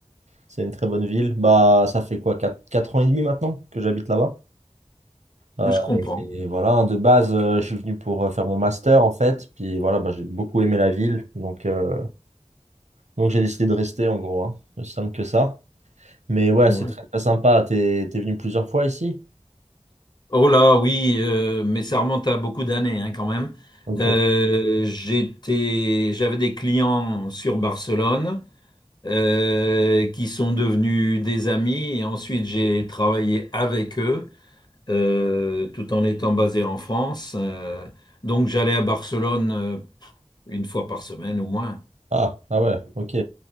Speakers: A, on the right; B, on the left.
A: C'est une très bonne ville. Bah, ça fait quoi, quatre quatre ans et demi maintenant que j'habite là-bas? Euh,
B: Je comprends.
A: et et voilà, hein, de base, euh, je suis venu pour euh, faire mon master, en fait. Puis voilà, bah, j'ai beaucoup aimé la ville. Donc, euh, donc j'ai décidé de rester, en gros. hein. Aussi simple que ça. Mais ouais,
B: Ouais.
A: c'est très, très sympa. T'es, t'es venu plusieurs fois ici?
B: Oh là, oui, euh, mais ça remonte à beaucoup d'années hein, quand même.
A: Ok.
B: Euh, j'étais, j'avais des clients sur Barcelone euh, qui sont devenus des amis et ensuite j'ai travaillé avec eux. euh, tout en étant basé en France. euh, donc j'allais à Barcelone euh, une fois par semaine au moins.
A: Ah, ah ouais, ok.